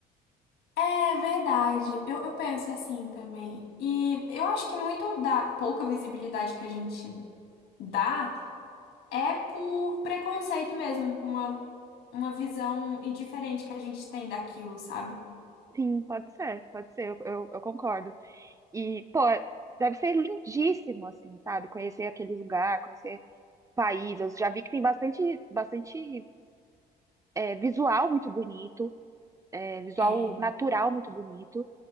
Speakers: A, on the left; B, on the right.
A: É verdade. Eu, eu penso assim também. E eu acho que muito da pouca visibilidade que a gente dá. É por preconceito mesmo, uma, uma visão indiferente que a gente tem daquilo, sabe?
B: Sim, pode ser, pode ser, eu, eu, eu concordo. E, pô, deve ser lindíssimo, assim, sabe? Conhecer aquele lugar, conhecer o país. Eu já vi que tem bastante, bastante é, visual muito bonito, é, visual
A: É,
B: natural muito bonito.